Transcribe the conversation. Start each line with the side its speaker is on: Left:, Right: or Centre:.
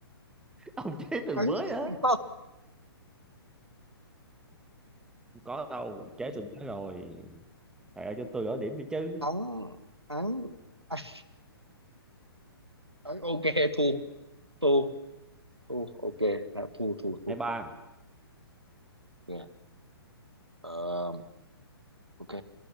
Centre: <laughs> ông chế từ
Right: ắng
Centre: mới á
Right: thôi
Centre: Không có đâu chế từ mới rồi thầy ơi cho tôi gỡ điểm đi chứ
Right: ắng ắng ắng <laughs> ok thu thu thu ok đã thu thu thu
Centre: hai ba
Right: yeah. Ờ, ok